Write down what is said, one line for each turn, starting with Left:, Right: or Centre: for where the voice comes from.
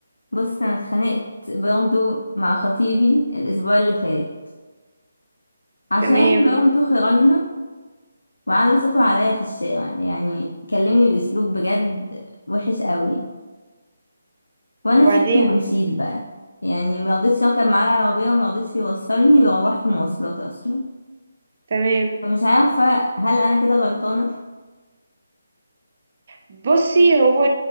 Left: بصي انا اتخانقت برضو مع خطيبي الاسبوع اللي فات عشان
Right: تمام
Left: برضو خرجنا وعلى صوته عليا في الشارع يعني كلمني باسلوب بجد وحش قوي وانا
Right: وبعدين
Left: سبته ومشيت بقى يعني مرضتش اركب معاه العربية ومرضتش يوصلني وروحت مواصلات اصلا
Right: تمام
Left: فمش عارفة هل انا كده غلطانة
Right: بصي هو